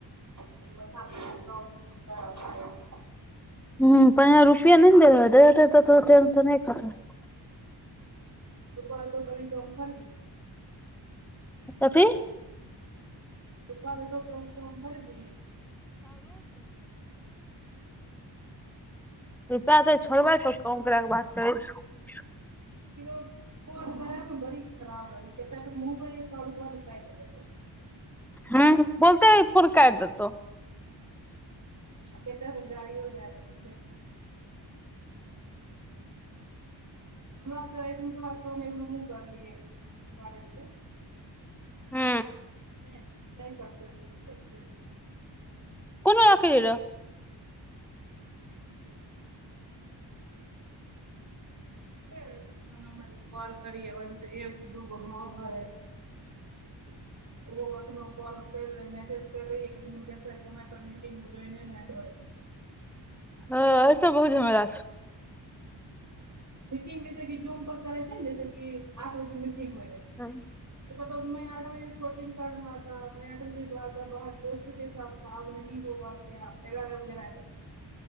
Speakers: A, on the right (about 40°); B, in the centre.
A: म
B: ह पं रुपआ नहि ने देेल रह त त ेंशन एक कतऽ <unintelligible>
A: तू कह कभी दम करबी
B: कथी
A: रप लोक क क भर द
B: रुपआ दै छोड़बै तऽ कम करै के बात करै छै
A: क कह कोन कर बड़ खराब रहल क मबइल एक कल कायट
B: हँ बत फन काटि देतो
A: अत तऽ सजीो धार छै हमरा तऽ अऐसन कह क हमहुँ करलियै बरेसँ
B: हू
A: नहि नहि तकसे त छोड़ए
B: कोनो रखरर
A: ई ओ हप हे एको नम्बरके कॉल करियै ओहिमे सँ एक से दू गो हाँ घरै ओहो कखनो कल मैसज कर मु देखै समय पर मीटिंगमे नहि न जइ
B: हँ ऐ सब बहुत झमराा छै
A: मिंग जैस कि जूम करै छै जैसे कि आठ बजे हो रहै
B: छै
A: त द आठ बजे कोचिंग कर रहा मैं आठ बजे बाद बाहर दोस्त के साथ थ अबही होग क्य एगारह बजे रहााय त